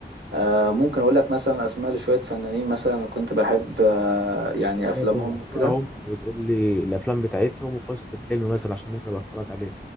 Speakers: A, on the right; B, in the centre.
A: آه، ممكن اقول لك مثلا اسماء لشويه فنانين مثلا انا كنت بحب آه، يعني افلامهم
B: ايه مثلا اسمائهم
A: وكده
B: وتقول لي الافلام بتاعتهم وقصه الفيلم مثلا عشان ممكن ابقى اتفرج عليه